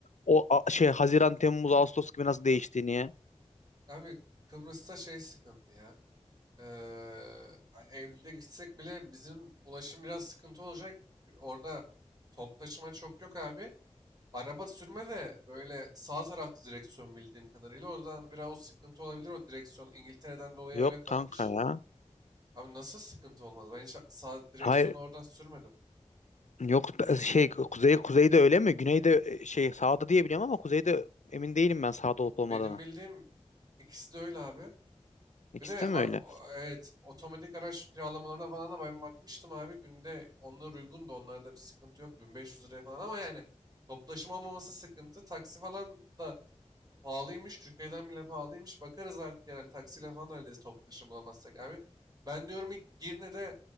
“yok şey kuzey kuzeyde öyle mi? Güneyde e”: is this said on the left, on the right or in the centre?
Left